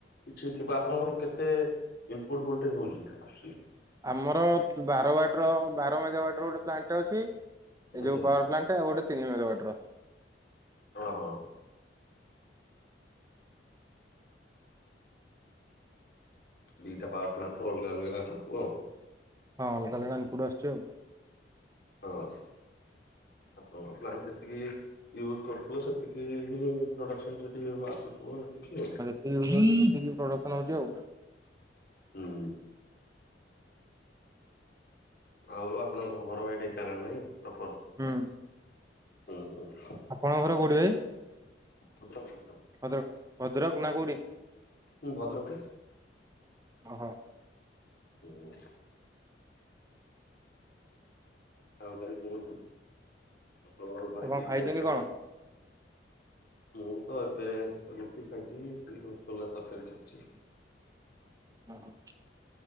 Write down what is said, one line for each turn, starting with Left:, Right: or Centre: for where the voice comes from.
Left: କିଛି ଥିବା, ଆପଣଙ୍କର କେତେ ଇନପୁଟ ଭୋଲଟେଜ ହଉଛି ଆସୁଚି?
Right: ଆମର ବାରବାଟିର ବାର ମେଗା ୱାଟର ଗୋଟେ ପ୍ଲାଣ୍ଟଟେ ଅଛି। ଏ
Left: ଆଜ୍ଞା।
Right: ଯୋଉ ପୱାର୍ ପ୍ଲାଣ୍ଟ ଆଉ ଗୋଟେ ତିନି ମେଗାୱାଟ୍ ର।
Left: ଓହୋ। ଦିଟା ପାୱାର ପ୍ଲାଣ୍ଟ ରୁ ଅଲଗା ଅଲଗା ଥିବ।
Right: ହଁ ଅଲଗା ଅଲଗା ଇନପୁଟ ଆସୁଚି ଆଉ।
Left: ହଁ। ଆ ପାୱାର ପ୍ଲାଣ୍ଟ ଯେତିକି ୟୁଜ୍ କରୁଥିବ ସେତିକି ହିଁ ପ୍ରଡକ୍ସନ ସେଠି ଆସୁଥିବ ସେତିକି ଆଉ।
Right: ସିଏ <unintelligible> ସେତିକୀ ପ୍ରଡକ୍ସନ ଆଉଛି ଆଉ।
Left: ହୁଁ। ଆଉ ଆପଣଙ୍କ ଘର ଭାଇ ଢେଙ୍କାନାଳ ନାଇଁ ପ୍ରପର୍।
Right: ହୁଁ।
Left: ହୁଁ ହୁଁ।
Right: ଆପଣଙ୍କ ଘର କୋଉଠି ଭାଇ?
Left: ଭଦ୍ରକ ଭଦ୍ରକ।
Right: ଭଦ୍ରକ ଭଦ୍ରକ ନା କୋଉଠି?
Left: ହୁଁ ଭଦ୍ରକ ବା।
Right: ଓହୋ।
Left: ହୁଁ। ଆଉ ଭାଇ କୁହନ୍ତୁ, ଆପଣଙ୍କର ଘରେ
Right: ଆଉ କଣ
Left: କିଏ
Right: ଖାଇଛନ୍ତି
Left: କିଏ ଅଛନ୍ତି?
Right: କଣ?
Left: ମୁଁ ତ ଏବେ ରୁଟି ଖାଇଛି ଏଇ ଚୋଲା ତରକାରି ଖାଇଛି।
Right: ଅ ହ।